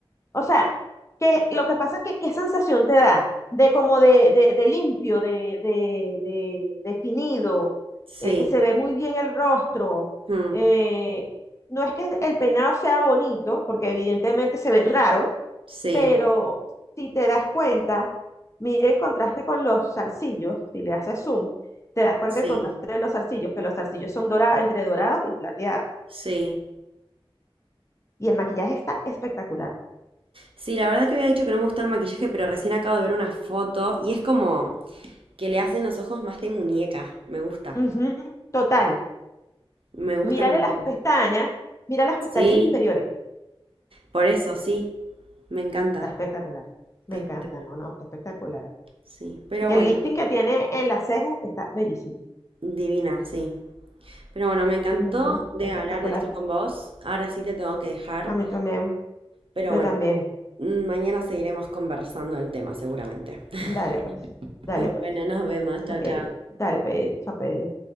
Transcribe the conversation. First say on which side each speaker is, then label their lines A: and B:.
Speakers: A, on the left; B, on the right.
A: o sea, que lo que pasa es que qué sensación te da de como de, de, de limpio, de, de, de- definido,
B: Sí,
A: eh, que se ve muy bien el rostro.
B: mm,
A: eh, no es que el peinado sea bonito, porque evidentemente se ve raro,
B: sí,
A: pero si te das cuenta, mire el contraste con los zarcillos, si le haces zoom, te das cuenta
B: sí,
A: del contraste de los zarcillos, que los zarcillos son dorados, entre dorados y plateados.
B: sí.
A: Y el maquillaje está espectacular.
B: Sí, la verdad que había dicho que no me gusta el maquillaje, pero recién acabo de ver una foto y es como que le hacen los ojos más de muñeca. Me gusta,
A: Ujú, total.
B: me gusta,
A: Mírale
B: me gusta.
A: las pestañas, mira las
B: Sí,
A: pestañas inferiores.
B: por eso, sí, me encanta.
A: Está espectacular.
B: Está
A: Me
B: espectacular.
A: encanta, no, no, está espectacular.
B: Sí, pero
A: Y
B: bueno,
A: el lifting que tiene en las cejas está bellísimo.
B: divina, sí. Pero bueno, me encantó
A: Ujú,
B: de
A: espectacular.
B: hablar de esto con vos. Ahora sí te tengo que dejar,
A: A mí también,
B: pero
A: yo
B: bueno,
A: también.
B: mm, mañana seguiremos conversando del tema seguramente.
A: Dale pues,
B: <laughs>
A: dale pues.
B: Bueno, nos vemos. Chao,
A: Ok,
B: chao.
A: dale pues, chape.